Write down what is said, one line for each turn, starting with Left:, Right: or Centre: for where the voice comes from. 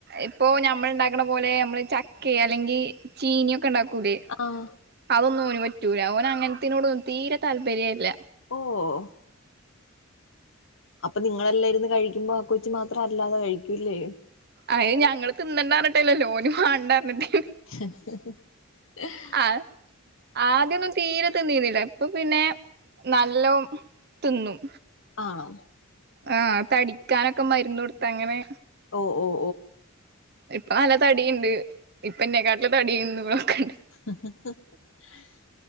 Right: ഇപ്പൊ ഞമ്മൾ ഉണ്ടാക്കണ പോലെ നമ്മള് ചക്ക അല്ലെങ്കി ചീനിയൊക്കെണ്ടാക്കൂലേ
Left: ആഹ്
Right: അതൊന്നും ഓന് പറ്റൂല ഓന് അങ്ങൻത്തയ്നോടൊന്നും തീരെ താല്പര്യല്ല
Left: ഓഹ് അപ്പൊ നിങ്ങളെല്ല ഇരുന്ന് കഴി ക്കുമ്പോ ആ കൊച്ചു മാത്രം അല്ലാതെ കഴിക്കൂല്ലേ
Right: അഹ് ഞങ്ങള് തിന്നണ്ടരിട്ടേല്ലോ ഓന് വണണ്ടർഞ്ഞിട്ടേ
Left: <unintelligible>
Right: ആഹ് ആദ്യൊന്നും ത്തിരെ നീന്നിനില ഇപ്പൊ പിന്നെ നലോം തിന്നും
Left: ആണോ
Right: ആഹ് തടിക്കാനൊക്കെ മരുന്ന് കൊടുത്ത് അങ്ങനെ
Left: ഓഹ് ഓഹ്
Right: ഇപ്പൊ നല്ല തടിയിണ്ട് ഇപ്പൊഎനെക്കാട്ടില് തടിന്നൊക്കണ്ടെ
Left: <unintelligible>